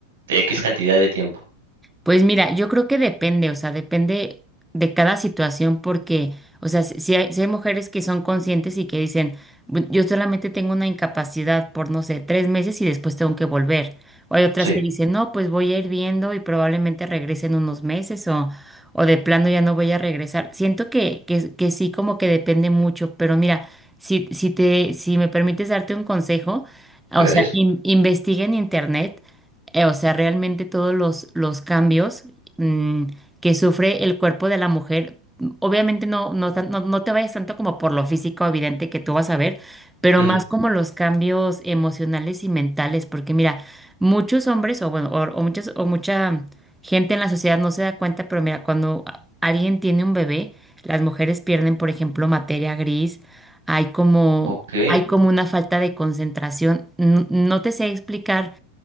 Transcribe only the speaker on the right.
X cantidad de tiempo.
Sí,
gracias.
Ujú.
Ok,